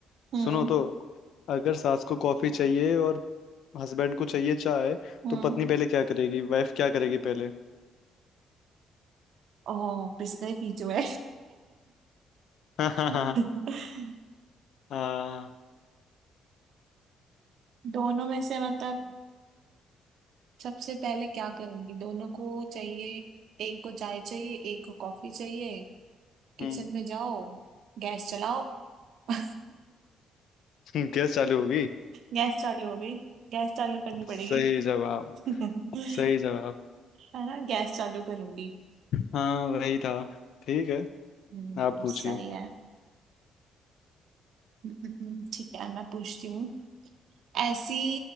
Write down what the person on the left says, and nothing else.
सुनो तो अगर सास को कॉफी चाहिए और हस्बैंड को चाहिए चाय
तो पत्नी पहले क्या करेगी वाइफ क्या करेगी पहले
<laughs> हाँ हाँ
हाँ हाँ
हम्म
<laughs> गैस चालू होगी
सही जवाब
सही जवाब
हाँ वही था ठीक है
आप पूछिए